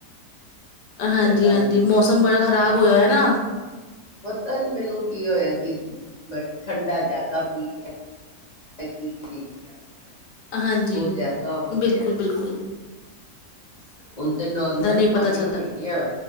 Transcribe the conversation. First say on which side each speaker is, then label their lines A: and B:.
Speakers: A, on the left; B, on the left.
A: ਹਾਂਜੀ,
B: ਗਲਾਂ
A: ਹਾਂਜੀ
B: ਵੀ ਪਤਾ
A: ਮੌਸਮ ਬੜਾ ਖ਼ਰਾਬ
B: ਆਵਾਜ਼
A: ਹੋਇਆ ਹੈ ਨਾ।
B: ਪਤਾ ਨੀ ਮੈਨੂੰ ਕੀ ਹੋਇਆ ਕਿ ਠੰਡਾ ਜ਼ਿਆਦਾ ਪੀ ਲਿਆ ਆ ਰਹੀ ਹੈ।
A: ਹਾਂਜੀ,
B: ਬਹੁਤ ਜ਼ਿਆਦਾ ਹੋ
A: ਬਿਲਕੁਲ-ਬਿਲਕੁਲ।
B: ਰਿਹਾ ਹੁਣ ਤੇ ਨੋਰਮਲ
A: ਨਹੀਂ
B: ਪਾਣੀ
A: ਪਤਾ ਚੱਲਦਾ,
B: ਪੀਦੇ ਆ,